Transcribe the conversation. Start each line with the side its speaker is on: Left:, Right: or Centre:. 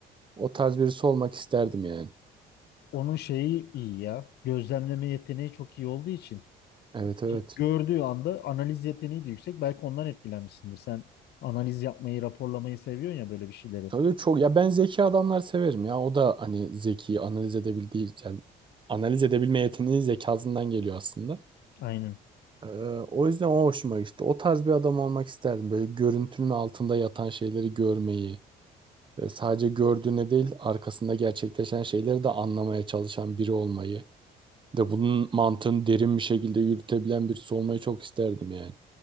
Right: O tarz birisi olmak isterdim yani.
Left: Onun şeyi iyi ya. Gözlemleme yeteneği çok iyi olduğu için
Right: Evet evet.
Left: gördüğü anda analiz yeteneği de yüksek. Belki ondan etkilenmişsindir. Sen analiz yapmayı, raporlamayı seviyorsun ya böyle bir şeyleri.
Right: Tabii çok ya ben zeki adamlar severim ya. O da hani zeki analiz edebildiği yani analiz edebilme yeteneği zekasından geliyor aslında.
Left: Aynen.
Right: Ee, o yüzden o hoşuma gitti. O tarz bir adam olmak isterdim. Böyle görüntünün altında yatan şeyleri görmeyi ve sadece gördüğüne değil arkasında gerçekleşen şeyleri de anlamaya çalışan biri olmayı. Bir De bunun mantığını derin bir şekilde yürütebilen birisi olmayı çok isterdim yani.